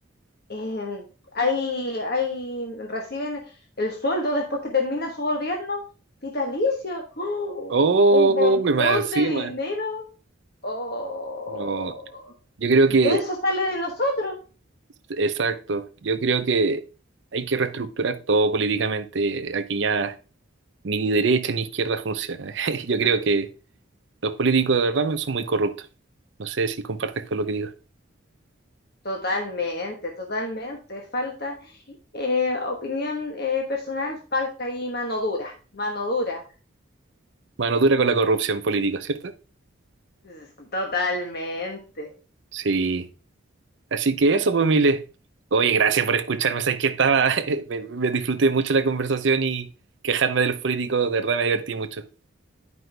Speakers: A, on the left (about 50°); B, on the right (about 60°).
A: eh, ahí, ahí reciben el sueldo después que termina su gobierno vitalicio. ¡Oh!
B: Oh,
A: un montón
B: y más encima.
A: de dinero. Oh,
B: No, yo creo
A: y
B: que,
A: todo eso sale de nosotros.
B: exacto, yo creo que hay que reestructurar todo políticamente. Aquí ya ni derecha ni izquierda funciona. <laughs> Yo creo que los políticos de verdad son muy corruptos. No sé si compartes con lo que digo.
A: Totalmente, totalmente. Falta eh, opinión eh, personal, falta ahí mano dura, mano dura.
B: Mano dura con la corrupción política, ¿cierto?
A: Es- Totalmente.
B: Sí. Así que eso, pues, Mile. Oye, gracias por escucharme. Sabes que estaba, <laughs> me, me disfruté mucho la conversación y quejarme de los políticos, de verdad me divertí mucho.